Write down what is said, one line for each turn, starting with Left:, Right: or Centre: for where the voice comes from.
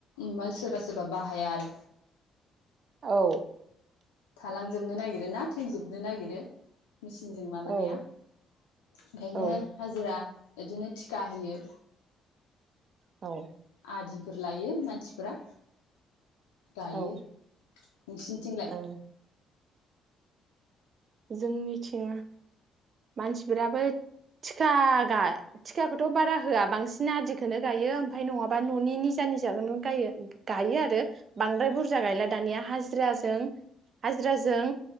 Left: फ्राय सोरबा सोरबा बाहाया आरो
Right: औ
Left: थालांजोबनो नागिरो ना थैजोबनो नागिरो मेचिनजों माबानाया
Right: औ
Left: ओंखायनो
Right: औ
Left: हाजिरा बिदिनो थिखाा होयो।
Right: औ
Left: आदिफोर लायो मानसिफोरा गायो
Right: औ
Left: नोंसिनिथिंलाय
Right: ओं जों मिथिङा मानसिफोराबो थिखा थिखाखौथ' बारा होआ बांसिन आदिखौनो गायो ओमफफ्राय नङाबा न'नि निजा निजाखौ गायो गायो आरो बांद्राय बुरजा गायला दानिया हाजिराजों हाजिराजों